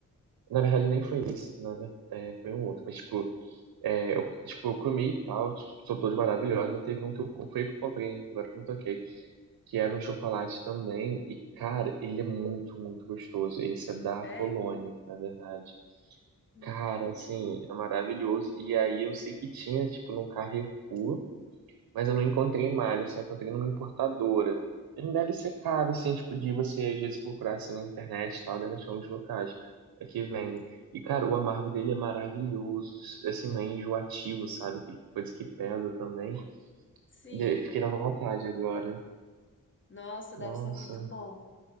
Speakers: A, on the right; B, on the left.
A: Na verdade, nem foi esse, na ver- é, foi um outro. Mas, tipo, é, eu, tipo, eu comi e tal, tipo, são todos maravilhosos, mas teve um que eu com- foi que eu comprei, né? agora que eu me toquei, que era um chocolate também. E, cara, ele é muito, muito gostoso. Esse é da
B: É?
A: Polônia, na verdade.
B: Hum,
A: Cara, assim, é maravilhoso. E aí eu sei que tinha, tipo, no Carrefour. mas eu não encontrei mais, eu só encontrei numa importadora. Ele deve ser caro, assim, tipo, de você às vezes procurar assim na internet e tal, deve achar uns locais é que vendem. E, cara, o amargo dele é maravilhoso, assim, não é enjoativo, sabe? Que coisa que pesa também.
B: sim.
A: De- Fiquei na vontade agora.
B: Nossa,
A: Nossa,
B: deve ser muito bom.